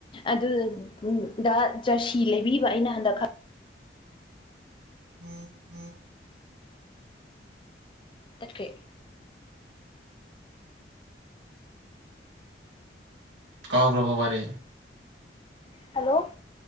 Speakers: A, on the left (about 25°); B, on the right (about 85°).
A: ꯑꯗꯨ ꯗ ꯖꯔꯁꯤ ꯂꯩꯕꯤꯕ ꯑꯩꯅ ꯍꯟꯗꯛ ꯈ
B: <inaudible>
A: ꯇꯠꯈꯔ꯭ꯦ
B: ꯀꯥꯎꯈ꯭ꯔꯕ ꯋꯥꯔꯤ
A: ꯍꯜꯂꯣ